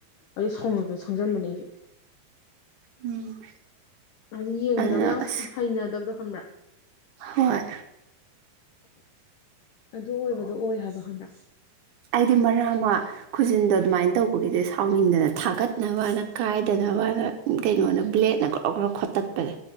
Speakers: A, on the left (about 75°); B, on the right (about 80°).
A: ꯑꯗꯩ ꯁꯥꯎꯅꯤꯡꯂꯛꯇꯅ ꯁꯪꯖꯟꯕꯅꯦ ꯑꯩꯁꯨ
B: ꯎꯝ
A: ꯑꯗꯨ ꯌꯦꯡꯕꯗ
B: ꯑꯗꯨꯅ
A: ꯌꯥꯝ
B: ꯑꯁ
A: ꯍꯩꯅꯗꯕꯗꯣ ꯈꯪꯕ꯭ꯔꯥ
B: ꯍꯣꯏ
A: ꯑꯗꯨ ꯑꯣꯏꯕꯗꯣ ꯑꯣꯏ ꯍꯥꯏꯕ ꯈꯪꯕ꯭ꯔꯥ
B: ꯑꯩꯗꯤ ꯃꯔꯥꯛ ꯑꯃ ꯈꯨꯖꯤꯟꯗꯣ ꯑꯗꯨꯃꯥꯏꯅ ꯇꯧꯕꯒꯤꯗꯤ ꯁꯥꯎꯅꯤꯡꯗꯅ ꯊꯥꯒꯠꯅꯕꯅ ꯀꯥꯏꯗꯅꯕꯅ ꯀꯩꯅꯣꯅ ꯕ꯭ꯂꯦꯛꯅ ꯈ꯭ꯔꯣ ꯈ꯭ꯔꯣ ꯈꯣꯠꯇꯠꯄꯅꯦ